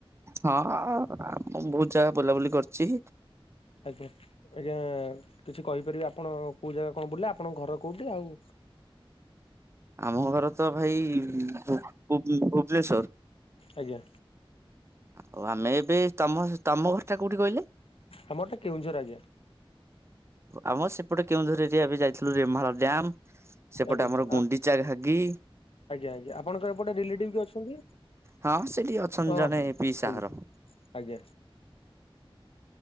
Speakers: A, on the right (about 30°); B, on the left (about 75°).
A: ହଁ ଆ ବହୁତ ଜାଗା ବୁଲାବୁଲି କରିଛି
B: ଆଜ୍ଞା। ଆଜ୍ଞା କିଛି କହିପାରିବେ ଆପଣ କୋଉ ଜାଗା କଣ ବୁଲେ ଆପ ଆପଣଙ୍କ ଘର କେଉଁଠି ଆଉ
A: ଆମ ଘର ତ ଭାଇ ଭୁ-ଭୁ-ଭୁବନେଶ୍ଵର।
B: ଆଜ୍ଞା
A: ଆଉ ଆମେ ଏବେ ତମ ତମ ଘରଟା କୋଉଠି କହିଲେ?
B: ଆମର ଟା କେଉଁଝର ଆଜ୍ଞା
A: ଆମ ସେପଟେ କେଉଁଝର ଏରିଆ ଏବେ ଯାଇଥିଲୁ ରେମାଳ ଡ୍ୟାମ। ସେପଟେ
B: ଆଜ୍ଞା
A: ଆମର ଗୁଣ୍ଡି
B: ଆ
A: ଆରେ ହାଗି।
B: ଆଜ୍ଞା ଆଜ୍ଞା। ଆପଣଙ୍କର ଏପଟେ ରିଲେଟିଭ କିଏ ଅଛନ୍ତି?
A: ହଁ ସେଠି ଅଛନ୍ତି
B: ଓହୋ
A: ଜଣେ ପିଇସା
B: ଆଜ୍ଞା।
A: ଘର।
B: ଆଜ୍ଞା।